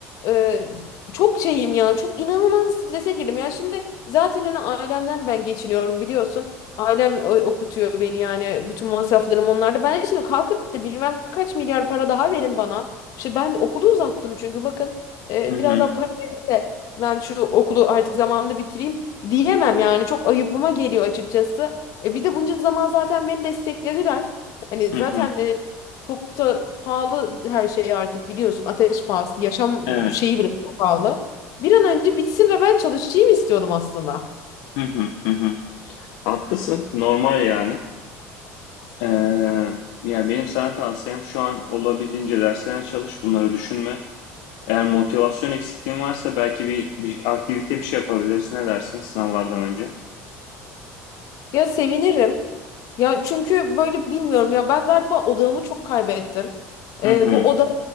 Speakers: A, on the left; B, on the left.
A: Ee, çok şeyim ya, çok inanılmaz strese girdim. Ya şimdi zaten hani ailemden ben geçiniyorum biliyorsun. Ailem o- okutuyor beni yani bütün masraflarım onlarda. Ben şimdi kalkıp da bilmem kaç milyar para daha verin bana. İşte ben okulu uzattım çünkü bakın e,
B: Hı hı.
A: biraz daha para verin de ben şu okulu artık zamanında bitireyim diyemem yani. Çok ayıbıma geliyor açıkçası. E, bir de bunca zaman zaten beni desteklediler. Hani
B: Hı
A: zaten
B: hı.
A: e, çok da pahalı her şey artık biliyorsun. Ateş pahası, yaşam
B: Evet.
A: şeyi bile çok pahalı. Bir an önce bitsin ve ben çalışayım istiyordum aslında.
B: Hı hı. Hı hı. Haklısın. Normal yani. Ee, ya benim sana tavsiyem şu an olabildiğince derslerine çalış, bunları düşünme. Eğer motivasyon eksikliğin varsa belki bir, bir aktivite bir şey yapabiliriz. Ne dersin sınavlardan önce?
A: Ya sevinirim. Ya çünkü böyle bilmiyorum ya ben galiba odağımı çok kaybettim. Ee,
B: Hı hı.
A: bu odak